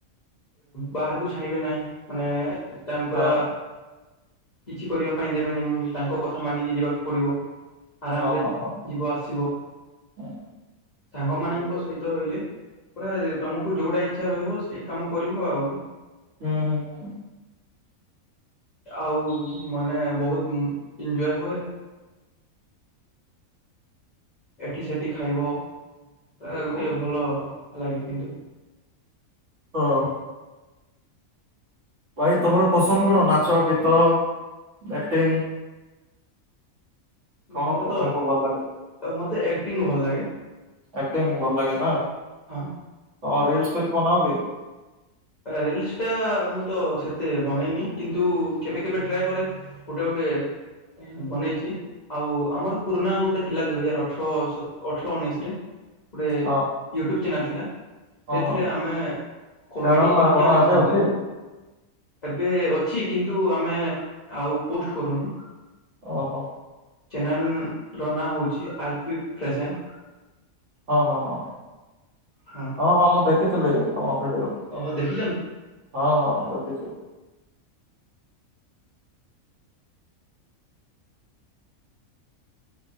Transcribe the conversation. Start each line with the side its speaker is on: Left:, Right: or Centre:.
Left: ବାହାରକୁ ଛାଡ଼ିବେ ନାହିଁ ମାନେ ତାଙ୍କୁ ପୁରା
Right: ହଁ
Left: କିଛି କରିବା ପାଇଁ ଦେବେନି ତାଙ୍କ କଥା ମାନିକି ଯିବାକୁ ପଡି଼ବ। ଆରାମରେ
Right: ହଁ ହଁ ହଁ ହଁ
Left: ଯିବ ଆସିବ
Right: ହୁଁ
Left: ସାଙ୍ଗମାନଙ୍କ
Right: ଠିକ୍ କହୁଚ।
Left: ସହି ତ ରହିଲେ ପୁରା ତମକୁ ଯୋଉଟା ଇଚ୍ଛା ରହିବ ସେଇ କାମ କରିବ ଆଉ।
Right: ହୁଁ ହୁଁ ହୁଁ।
Left: ଆଉ ମାନେ ବହୁତ ଇଞ୍ଜୟ୍ ହୁଏ। ଏଠି ସେଠି ଖାଇବ ୟେ
Right: ଠିକ୍
Left: ଗୋଟିଏ
Right: କହୁଚ
Left: ଭଲ ଲାଗେ କିନ୍ତୁ
Right: ହଁ। ଭାଇ ତମର ପସନ୍ଦ କଣ ନାଚ ଗୀତ ଆକ୍ଟିଙ୍ଗ୍? କଣ
Left: ମୋର
Right: ପ
Left: ତ
Right: ତମକୁ ଭଲ ଲାଗେ?
Left: ମୋତେ ଏକ୍ଟିଙ୍ଗ୍ ଭଲ ଲାଗେ।
Right: ଆକ୍ଟିଂ ଭଲ ଲାଗେ ନା
Left: ହଁ
Right: ଓ ରିଲ୍ସ ଫିଲ୍ସ ବନାଅ କି?
Left: ରିଲିସ୍ ଟା ମୁଁ ତ ସେତେ ବନେଇନି କିନ୍ତୁ କେବେ କେବେ ଟ୍ରାଏ କରେ। ଗୋଟେ ଗେଟେ ବନେଇଚି। ଆଉ ଆମର ପୁରୁଣା ଗୁଟେ ଥିଲା ଦୁଇ ହଜାର ଅଠର ସତ ଅଠର ଉଣେଇଶି ରେ। ଗୁଟେ
Right: ହଁ
Left: ୟୁଟ୍ୟୁବ୍ ଚ୍ୟାନେଲ୍ ଥିଲା
Right: ହଁ
Left: ସେଥିରେ
Right: ହଁ
Left: ଆମେ କମେଡ଼ି
Right: ଚ୍ୟାନେଲ ନା
Left: କି
Right: କଣ
Left: ଆମେ
Right: ଏବେ
Left: ଛାଣୁଥିଲୁ।
Right: ଅଛି?
Left: ଏବେ ଅଛି କିନ୍ତୁ ଆମେ ଆଉ ପୋଷ୍ଟ୍ କରୁନୁ।
Right: ଓହୋ।
Left: ଚ୍ୟାନେଲ ର ନାଁ ହେଉଛି ଆର୍ ପି ପ୍ରେଜେଣ୍ଟ୍।
Right: ହଁ ହଁ ହଁ।
Left: ହଁ।
Right: ହଁ ହଁ ମୁଁ ଦେଖିଥିଲି ତମ ଭିଡି଼ଓ।
Left: ଓହୋ ଦେଖିଛନ୍ତି।
Right: ହଁ ହଁ ଦେଖିଛି।